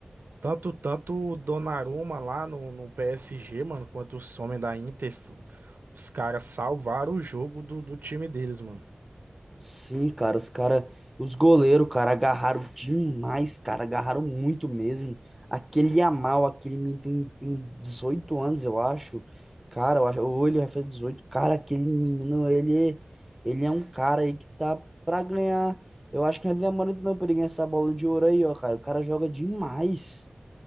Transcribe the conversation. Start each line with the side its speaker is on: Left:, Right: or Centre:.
Right: Tanto, tanto o Donnarumma lá no, no PSG, mano, quanto o homens da Inter, os caras salvaram o jogo do, do time deles, mano.
Centre: Sim, cara, os cara, os goleiros, cara, agarraram demais, cara, agarraram muito mesmo. Aquele Yamal, aquele menino tem, tem 18 anos, eu acho. Cara, eu acho, ou ele vai fazer dezoito Cara, aquele menino, ele, ele é um cara aí que tá pra ganhar. Eu acho que não é demorando não pra ele ganhar essa bola de ouro aí, ó, cara. O cara joga demais.